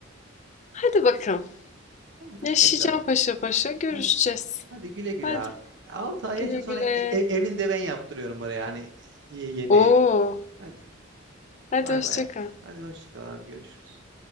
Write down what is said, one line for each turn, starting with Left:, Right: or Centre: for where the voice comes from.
Left: Hadi bakalım.
Right: Tamam hadi
Left: Yaşayacağım
Right: bakalım.
Left: paşa paşa görüşeceğiz.
Right: Hadi. Hadi güle güle
Left: Hadi
Right: abi. 6 ay
Left: güle
Right: yaşa sonra
Left: güle.
Right: e- e- evini de ben yaptırıyorum oraya hani y- yeni evini.
Left: Oo,
Right: Hadi
Left: hadi
Right: bay
Left: hoşça
Right: bay.
Left: kal.
Right: Hadi hoşça kal abi görüşürüz.